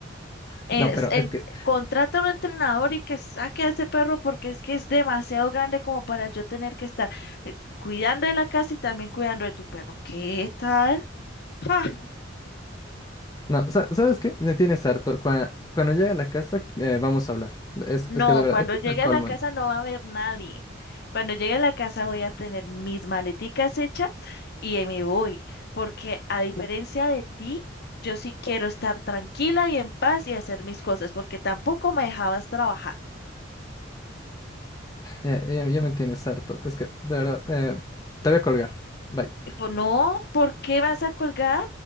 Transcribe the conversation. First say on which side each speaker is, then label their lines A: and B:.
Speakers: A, on the left; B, on the left.
A: Es-
B: No, pero
A: en-
B: es que,
A: contrata a un entrenador y que saque a ese perro porque es que es demasiado grande como para yo tener que estar eh, cuidando de la casa y también cuidando de tu perro. ¿Qué tal? <laughs>
B: no, sa- ¿sabes qué? Me tienes harto. Cua- Cuando, llegue a la casa, eh, vamos a hablar. Es,
A: No,
B: es que de verdad,
A: cuando
B: esto
A: llegue
B: es el colmo.
A: a la casa no va a haber nadie. Cuando llegue a la casa voy a tener mis maleticas hechas y ahí me voy, porque a diferencia de ti, yo sí quiero estar tranquila y en paz y hacer mis cosas, porque tampoco me dejabas trabajar.
B: Ya, ya, ya me tienes harto. Es que, de verdad, eh, te voy a colgar. Bye.
A: Y pues no, ¿por qué vas a colgar?